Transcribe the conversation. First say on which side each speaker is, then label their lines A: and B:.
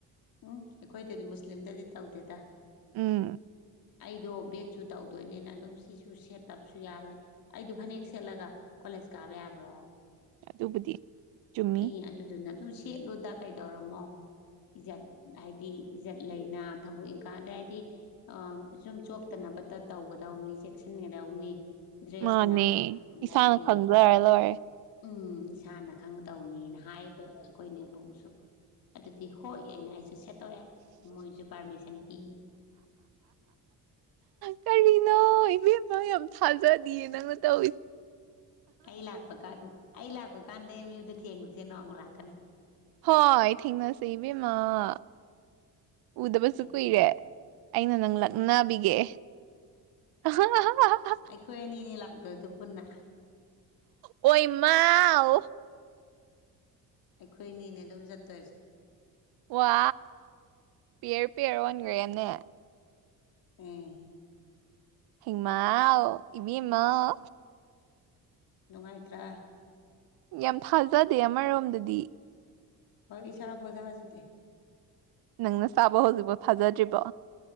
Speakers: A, on the left (about 65°); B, on the right (about 80°).
A: ꯍꯨꯡ ꯑꯩꯈꯣꯏꯗꯗꯤ ꯃꯨꯁꯂꯤꯝꯗꯗꯤ ꯇꯧꯗꯦꯗꯥ
B: ꯎꯝ
A: ꯑꯩꯗꯣ ꯕꯦꯠꯁꯨ ꯇꯧꯗꯣꯏꯅꯤꯅ ꯑꯗꯨꯝ ꯁꯤꯁꯨ ꯁꯦꯠꯇꯕꯁꯨ ꯌꯥꯔꯣꯏ ꯑꯩꯗꯣ ꯐꯅꯦꯛ ꯁꯦꯠꯂꯒ ꯀꯣꯂꯦꯖ ꯀꯥꯕ ꯌꯥꯕ꯭ꯔꯣ
B: ꯑꯗꯨꯕꯨꯗꯤ ꯆꯨꯝꯃꯤ
A: ꯑꯦ ꯑꯗꯨꯗꯨꯅ ꯑꯗꯨꯝ ꯁꯦꯠꯂꯨꯗ ꯀꯩꯗꯧꯔꯝꯃꯣ ꯏꯖꯠ ꯍꯥꯏꯗꯤ ꯏꯖꯠ ꯂꯩꯅ ꯊꯕꯛ ꯏꯪꯈꯥꯡꯗ ꯍꯥꯏꯗꯤ ꯑ ꯁꯨꯝ ꯆꯣꯞꯇꯅꯕꯇ ꯇꯧꯒꯗꯧꯅꯤ ꯆꯦꯛꯁꯤꯟꯒꯗꯧꯅꯤ ꯗ꯭ꯔꯦꯁꯅ
B: ꯃꯥꯅꯦ ꯏꯁꯥꯅ
A: ꯅꯠꯇꯦ
B: ꯈꯪꯖꯔ ꯂꯣꯏꯔꯦ
A: ꯎꯝ ꯏꯁꯥꯅ ꯈꯪꯒꯗꯧꯅꯦꯅ ꯍꯥꯏꯌꯦꯕ ꯑꯩꯈꯣꯏ ꯏꯅꯦꯝꯕꯣꯛꯅꯁꯨ ꯑꯗꯨꯗꯤ ꯍꯣꯏ ꯑꯩꯅ ꯑꯩꯁꯨ ꯁꯦꯠꯇꯣꯛꯑꯦ ꯃꯣꯏꯁꯨ ꯄꯥꯔꯃꯤꯁꯟ ꯄꯤ
B: ꯀꯔꯤꯅꯣ ꯏꯕꯦꯝꯃ ꯌꯥꯝ ꯊꯥꯖꯗꯤꯌꯦ ꯅꯪꯅ ꯇꯧꯏ
A: ꯑꯩ ꯂꯥꯛꯄ ꯀꯥꯟ ꯑꯩ ꯂꯥꯛꯄ ꯀꯥꯟꯗꯩ ꯑꯦꯝ ꯌꯨꯗ ꯊꯦꯡꯅꯁꯦ ꯅꯣꯡꯃ ꯂꯥꯛꯀꯅꯤ
B: ꯍꯣꯏ ꯊꯦꯡꯅꯁꯦ ꯏꯕꯦꯝꯃ ꯎꯗꯕꯁꯨ
A: ꯊꯦꯡꯅꯁꯦ
B: ꯀꯨꯏꯔꯦ ꯑꯩꯅ ꯅꯪ ꯂꯛꯅꯕꯤꯒꯦ <unintelligible>
A: ꯑꯩꯈꯣꯏ ꯑꯅꯤꯅꯤ ꯂꯥꯛꯇꯣꯏꯗꯣ ꯄꯨꯟꯅ
B: ꯑꯣꯏꯃꯥꯎ
A: ꯑꯩꯈꯣꯏ ꯑꯅꯤꯅꯦ ꯑꯗꯨꯝ ꯆꯠꯇꯣꯏꯁꯦ
B: ꯋꯥ ꯄ꯭ꯤꯌꯔ ꯄ꯭ꯤꯌꯔ ꯑꯣꯟꯒ꯭ꯔꯦꯅꯦ
A: ꯎꯝ
B: ꯍꯩꯃꯥꯎ ꯏꯕꯦꯝꯃꯥꯎ
A: ꯅꯨꯡꯉꯥꯏꯇ꯭ꯔꯥ
B: ꯌꯥꯝ ꯊꯥꯖꯗꯦ ꯑꯃꯔꯣꯝꯗꯗꯤ
A: ꯍꯣꯏ ꯏꯁꯥꯕꯥꯎ ꯊꯥꯖꯗꯦ
B: ꯅꯪ ꯅꯁꯥꯕꯥꯎ ꯍꯧꯖꯤꯛꯐꯥꯎ ꯊꯥꯖꯗ꯭ꯔꯤꯕꯣ